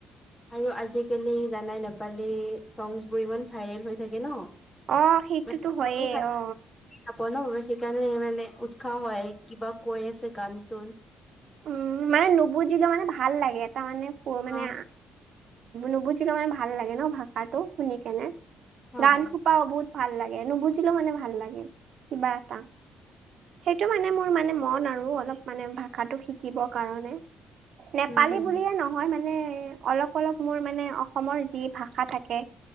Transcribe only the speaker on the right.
অ', সেইটোতো
হয়য়েই
অ,
উম, মানে নুবুজিলে মানে ভাল লাগে এটা মানে প মানে
নুবুজিলেও মানে ভাল লাগে ন' ভাষাটো শুনি কেনে
গান সোপা বহুত ভাল লাগে নুবুজিলেও মানে ভাল লাগে, কিবা এটা। সেইটো মানে মোৰ মানে মন আৰু অলপ মানে ভা ভাষাটো শিকিবৰ কাৰণে, নেপালী
বুলিয়ে নহয় মা মানে অলপ অলপ মোৰ মানে অসমৰ যি ভাষা থাকে।